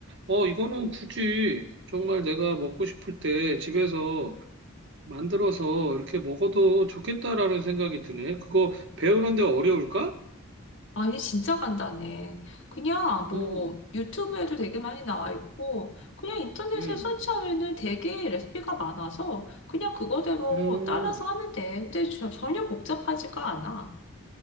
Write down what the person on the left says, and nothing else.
아니, 진짜 간단해. 그냥
뭐 유튜브에도 되게 많이 나와 있고, 그냥 인터넷에
서치하면은 되게 레시피가 많아서 그냥 그거대로
따라서 하면 돼. 근데 저- 전혀 복잡하지가 않아.